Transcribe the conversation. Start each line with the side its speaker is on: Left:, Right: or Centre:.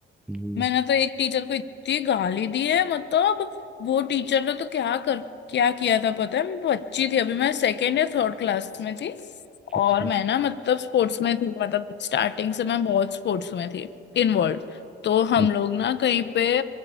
Centre: नहीं
Left: मैंने
Centre: है
Left: तो एक टीचर को इतनी गाली दी है मतलब वो टीचर ने तो क्या कर क्या किया था पता है मैं बच्ची थी अभी मैं सेकेंड या थर्ड क्लास में थी
Centre: अच्छा
Left: और मैं ना मतलब स्पोर्ट्स में थी मतलब स्टार्टिंग से मैं बहुत स्पोर्ट्स में थी इन्वॉल्व तो हम
Centre: अच्छा
Left: लोग ना कहीं पे